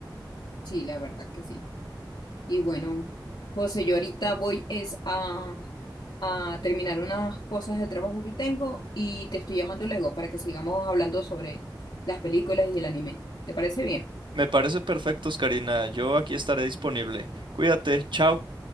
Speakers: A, on the left (about 80°); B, on the right (about 85°).
A: Sí, la verdad que sí. Y bueno, José, yo ahorita voy es a, a terminar unas cosas de trabajo que tengo y te estoy llamando luego para que sigamos hablando sobre las películas y el anime. ¿Te parece bien?
B: Me parece perfecto, Karina. Yo aquí estaré disponible. Cuídate, chao.